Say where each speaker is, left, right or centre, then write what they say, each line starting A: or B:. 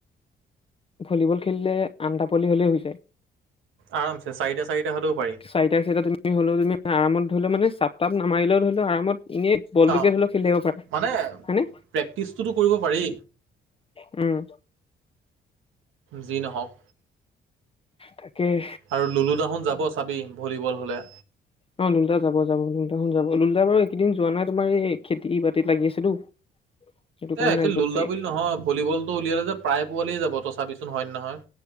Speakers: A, on the left; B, on the right.
A: ভলীবল খেলিলে আনটা পোৱালি হ'লেই হৈ যায়।
B: আৰামছে চাৰিটা চাৰিটা হ'লেও পাৰি
A: চাৰিটা চাৰিটা তুমি হ'লেও তুমি আৰামত ধৰিলেও মানে চা তাত নামাৰিলেও ধৰি লোৱা আৰামত এনেই বলটোকে
B: অ
A: হ'লেও খেলি থাকিব পাৰা,
B: মানে
A: হয়নে?
B: প্ৰেক্টিচটোতো কৰিব পাৰি
A: উম।
B: যি নহওঁক
A: তাকেই।
B: আৰু লুলো দাহত যাব চাবি, ভলীবল হ'লে।
A: অ', লুলো দা যাব যাব, লুলো দা হঁত যাব, লুলো বাৰু এইকেইদিন যোৱা নাই তোমাৰ এই খেতি বাতি ত লাগি আছেতো। সেইটো কাৰণে
B: এই একচুৱেলী
A: নাই যোৱা
B: লুলো
A: চাগে
B: দা বুলি নহয়, ভলীবলটো উলিয়ালে যে প্ৰায় পোৱালিয়েই যাব, তই চাবিচোন হয় নে নহয়।